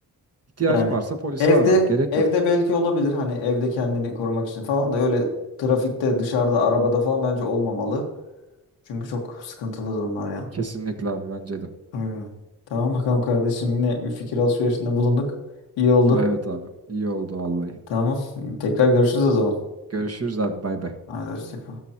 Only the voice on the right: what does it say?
İhtiyacın
varsa polisi
ara. Gerek
yok.
Kesinlikle abi bence de.
Aa, Evet abi. İyi oldu vallahi.
Görüşürüz abi. Bay bay.